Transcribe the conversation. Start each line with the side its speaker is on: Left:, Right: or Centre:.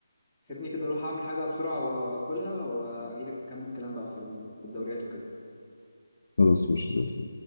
Centre: سيبني كده اروح اعمل حاجه بسرعه واكلها واجي لك نكمل الكلام بقى في ال- في الدوريات وكده
Left: خلاص مش زي